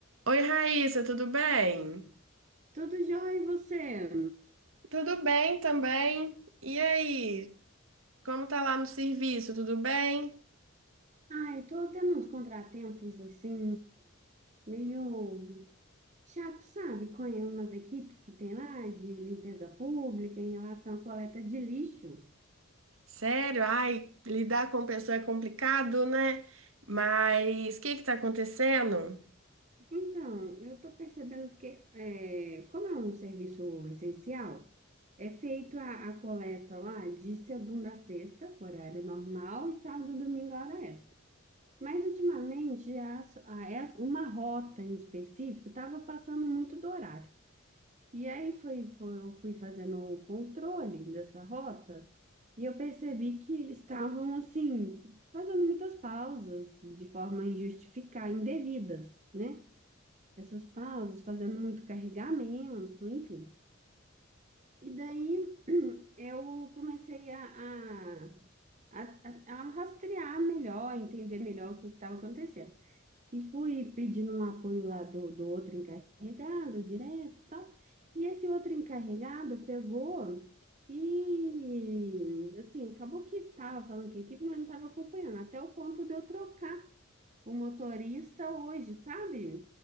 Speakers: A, on the right; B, on the right.
A: Oi, Raíssa, tudo bem?
B: Tudo jóia, e você?
A: Tudo bem também. E aí, como tá lá no serviço? Tudo bem?
B: Ai, tô tendo uns contratempos assim, meio chato, sabe? Com umas equipes que tem lá de limpeza pública em relação à coleta de lixo.
A: Sério? Ai, lidar com pessoa é complicado, né? Mas o que que tá acontecendo?
B: Então, eu tô percebendo que, é, como é um serviço essencial, é feito a, a coleta lá de segunda a sexta, horário normal, e sábado e domingo, hora extra. Mas ultimamente, as- a- essa- uma rota em específico estava passando muito do horário. E aí fui foi, fui fazendo o controle dessa rota e eu percebi que eles estavam, assim, fazendo muitas pausas de forma injustificada, indevidas, né? Essas pausas, fazendo muito carregamento, enfim. E daí <clears throat> eu comecei a, a, a, a- a rastrear melhor, entender melhor o que estava acontecendo. E fui pedindo um apoio lá do, do outro encarregado, direto e tal. E esse outro encarregado pegou e, assim, acabou que estava falando com a equipe, mas não estava acompanhando. Até o ponto de eu trocar o motorista hoje, sabe?